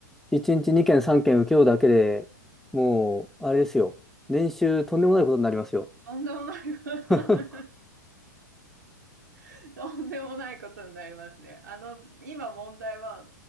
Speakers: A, in the centre; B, on the right.
A: 1日2件3件請け負うだけでもう、あれですよ。年収とんでもないことになりますよ。
B: とんでもない。<laughs>
A: <laughs> あ
B: <laughs> とんでもないことになりますね。あの、今問題は、